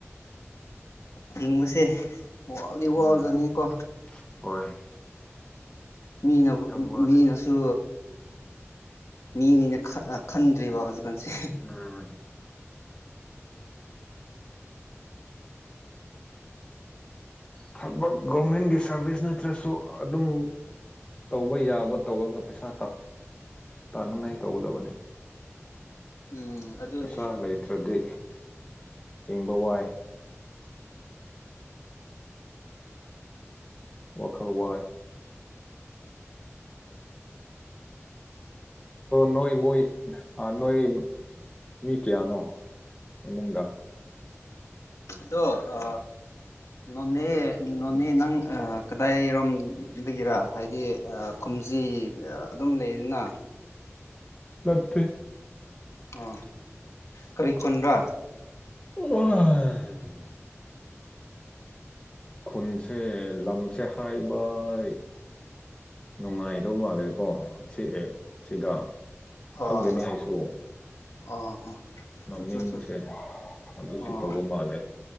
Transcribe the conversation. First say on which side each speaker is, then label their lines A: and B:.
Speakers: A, on the left; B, on the left.
A: ꯍꯤꯡꯕꯁꯦ ꯋꯥꯎꯗꯤ ꯋꯥꯎꯖꯅꯤꯀꯣ
B: ꯎꯝ ꯍꯣꯏ
A: ꯃꯤꯅ
B: ꯌꯥꯝ ꯋꯥꯔꯦ
A: ꯃꯤꯅꯁꯨ ꯃꯤꯅꯤꯅ ꯈꯟꯗ꯭ꯔꯤꯕ ꯍꯧꯖꯤꯛ ꯁꯤꯝ
B: ꯎꯝ ꯊꯕꯛ ꯒꯣꯔꯃꯦꯟꯒꯤ ꯁꯥꯔꯚꯤꯁ ꯅꯠꯇ꯭ꯔꯁꯨ ꯑꯗꯨꯝ ꯇꯧꯕ ꯌꯥꯕ ꯇꯧꯔꯒ ꯄꯩꯁꯥ ꯇꯥꯅꯤꯡꯉꯥꯏ ꯇꯧꯒꯗꯕꯅꯤ
A: ꯎꯝ ꯑꯗꯨꯅꯤ
B: ꯄꯩꯁꯥ ꯂꯩꯇ꯭ꯔꯗꯤ ꯍꯪꯕ ꯋꯥꯏ ꯋꯥꯈꯜ ꯋꯥꯏ ꯅꯣꯣꯏ ꯃꯣꯏꯣꯏ ꯑ ꯅꯣꯏ ꯃꯤ ꯀꯦꯌꯥꯅꯣ ꯏꯃꯨꯡꯗꯥ
A: ꯑꯗꯣ ꯑ ꯅꯣꯅꯦ ꯅꯣꯅꯦ ꯅꯪ ꯀꯗꯥꯏꯔꯣꯝꯗꯒꯤꯔ ꯍꯥꯏꯗꯤ ꯍꯧꯖꯤ ꯑꯗꯨꯝ ꯂꯩꯗꯅ
B: ꯂꯠꯇ
A: ꯑ ꯀꯔꯤ ꯈꯨꯟꯕ꯭ꯔꯥ
B: ꯑ ꯈꯨꯟꯁꯦ ꯂꯝꯁꯦ ꯍꯥꯏꯕꯩ ꯅꯨꯡꯉꯥꯏꯗꯧ ꯃꯥꯜꯂꯦꯀꯣ ꯑꯁꯤ ꯑꯦ ꯑꯁꯤꯗ
A: ꯑꯣ
B: ꯈꯪꯗꯅꯤ ꯑꯩꯁꯨ
A: ꯑꯣ
B: ꯃꯃꯤꯡꯁꯦ
A: ꯑꯆꯥ ꯑꯆꯥ ꯑꯆꯥ
B: ꯑꯗꯨꯁꯨ
A: ꯑꯣ
B: ꯇꯧꯕ ꯃꯥꯜꯂꯦ